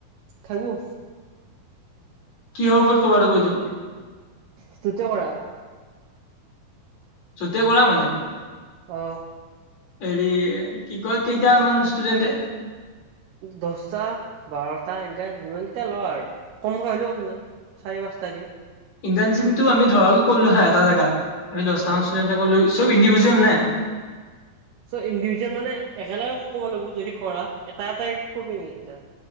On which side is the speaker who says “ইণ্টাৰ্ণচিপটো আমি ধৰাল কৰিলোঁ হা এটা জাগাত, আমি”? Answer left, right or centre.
Left